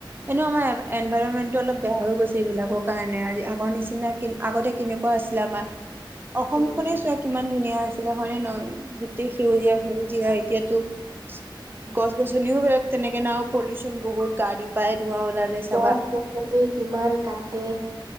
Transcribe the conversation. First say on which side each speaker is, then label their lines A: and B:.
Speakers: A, on the right (about 25°); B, on the right (about 40°).
A: এনেও আমাৰ এনভাইৰণমেন্টটো অলপ বেয়া হৈ গৈছে এইবিলাকৰ কাৰণে আ আগৰ নিচিনা আগতে কেনেকুৱা আছিলে আমাৰ। অসম
B: উম।
A: খনে চোৱা কিমান ধুনীয়া। য়া আছিলে হয়নে ন। সেউজীয়া সেউজীয়া এতিয়াতো গছ গছনিও তেনেকে না পলিউচন বহুত গাড়ী। পাই ধোৱা ওলালে চাবা
B: গ পচনি কিমান কাটে।